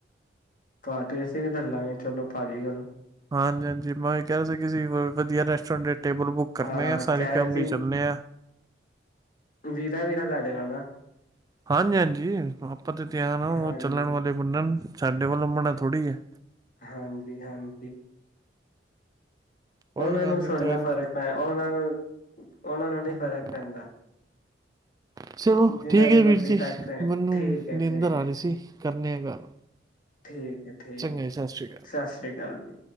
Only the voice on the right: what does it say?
ਹਾਂਜੀ ਹਾਂਜੀ ਮੈਂ ਉਹੀ ਕਹਿ ਰਿਹਾ ਸੀ ਕਿਸੀ ਵਧੀਆ ਰੈਸਟੋਰੈਂਟ ਟੇਬਲ ਬੁੱਕ ਕਰਨੇ
ਆ ਸਾਰੀ
ਫੈਮਲੀ
ਚਲਨੇ ਆ
ਹਾਂਜੀ-ਹਾਂਜੀ ਜੀ ਆਪਾਂ ਤੇ ਤਿਆਰ ਆ ਉਹ
ਚੱਲਣ ਵਾਲੇ ਬੰਨਣ ਸਾਡੇ ਵੱਲੋਂ ਮਨਾ ਥੋੜ੍ਹੀ ਹੈ।
ਕੋਈ
ਗੱਲ
ਨੀ
ਤਿਆਰੀ
ਹਾਂਜੀ
ਚਲੋ,
ਠੀਕ
ਹੈ
ਵੀਰ ਜੀ
ਮੈਨੂੰ
ਨੀਂਦਰ
ਆ ਰਹੀ
ਸੀ ਕਰਨੇ ਆ ਗੱਲ
ਚੰਗਾ
ਜੀ ਸਤਿ ਸ਼੍ਰੀ ਅਕਾਲ